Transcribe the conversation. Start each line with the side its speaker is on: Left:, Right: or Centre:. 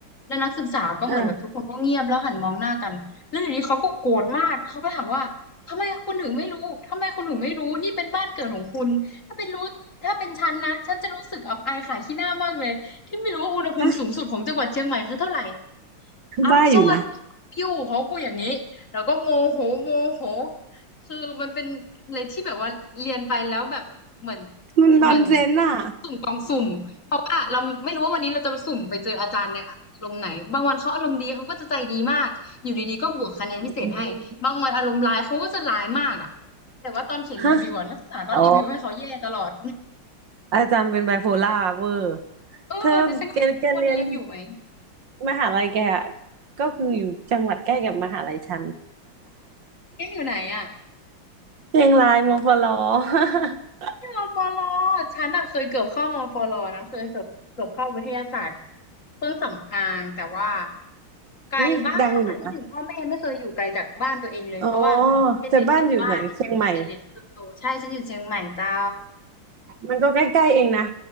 Left: แล้วนักศึกษาก็เหมือนแบบทุกคนก็เงียบแล้วหันมองหน้ากันแล้วอยู่ดีเขาก็โกรธมากแล้วเขาก็ถามว่าทำไมคุณถึงไม่รู้ทำไมคุณถึงไม่รู้นี่เป็นบ้านเกิดของคุณถ้าเป็นรู้ถ้าเป็นฉันนะฉันจะรู้สึกอับอายขายขี้หน้ามากเลยที่ไม่รู้ว่าอุณหภูมิสูงสุดของจังหวัดเชียงใหม่คือเท่าไหร่
Right: อ่ะฮะ
Left: I'm
Right: บ้าอยู่นะ
Left: sorry you เขาพูดอย่างนี้แล้วก็โมโหโมโหคือมันเป็นอะไรที่แบบว่าเรียนไปแล้วแบบ เหมือน
Right: มันนอนเซนอ่ะ
Left: เหมือนสุ่มกองสุ่มเพราะว่าเราไม่รู้ว่าวันนี้เราจะไปสุ่มไปเจออาจารย์เนี่ยอารมณ์ไหนบางวันเขาอารมณ์ดีเขาก็จะใจดีมากอยู่ดีๆก็บวกคะแนนพิเศษให้บางวันอารมณ์ร้ายเขาก็จะร้ายมากอ่ะ
Right: อืม
Left: แต่ว่าตอนเขียนรีวิวอะนักศึกษาก็รีวิวให้เขาแย่ตลอด
Right: ฮะอ๋ออาจารย์เป็นไบโพล่าเวอร์
Left: เออแต่ฉันก็ไม่รู้ว่าทุกวันนี้ยังอยู่ไหม
Right: เธอแกแกเรียนมหาลัยแกอะก็คืออยู่จังหวัดใกล้กับมหาลัยฉัน
Left: ยังอยู่ไหนอ่ะ
Right: <laughs> เชียงรายมอฟลอ <laughs>
Left: มปลฉันอะเคยเกือบเข้ามปลนะเคยเกือบเกือบเข้าวิทยาศาสตร์เครื่องสำอางแต่ว่าไกลบ้านอะคิดถึงพ่อแม่ไม่เคยอยู่ไกลจากบ้านตัวเองเลยเพราะว่าเป็นเด็กติดบ้าน
Right: อุ้ยดังอยู่นะอ๋อแต่บ้านอยู่ไหนเชียงใหม่
Left: แต่เล็กจนโตใช่ฉันอยู่เชียงใหม่เจ้า
Right: มันก็ใกล้ๆเองนะ